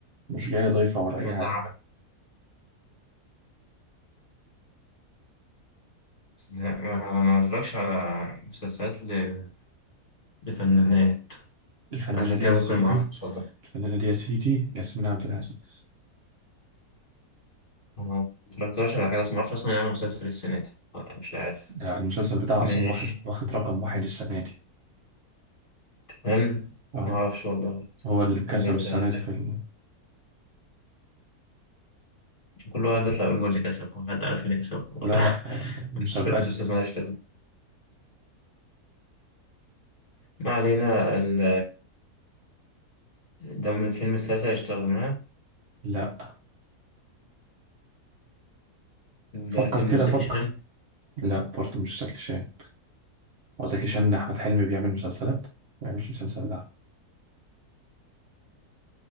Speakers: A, on the right; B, on the left.
A: مش جاية ضيفة ولا أي
B: ما ده
A: حاجة
B: عارف. لا ما- أنا ما بتفرجش على مسلسلات ل- لفنانات
A: الفنانة
B: عشان
A: دي
B: كده
A: يا
B: ممكن
A: سيدي
B: ما أعرفش اتفضل
A: الفنانة دي يا سيدي ياسمين عبد العزيز
B: ما اتفرجتلاش على حاجة بس ما اعرفش اصلا يعمل مسلسل السنة دي آه، مش عارف
A: ده المسلسل بتاعه
B: ماشي
A: أصلا واخد واخد رقم واحد السنة دي
B: هل
A: اه
B: ما اعرفش والله
A: هو اللي كسب
B: ربنا يسهل
A: السنة دي في ال...
B: كل واحد بيطلع يقول هو اللي كسب هو حد عارف اللي كسب والله
A: لا لا آه،
B: <laughs>
A: مسابقات
B: شوية مسلسلات مالهاش لازمة ما علينا ال- ده من فيلم السلاسل اشتغلناها
A: لا
B: ده
A: فكر
B: فيلم
A: كده
B: زكي
A: فكر
B: شان
A: لا برضه مش زكي شان هو زكي شان أحمد حلمي بيعمل مسلسلات ما بيعملش مسلسل لا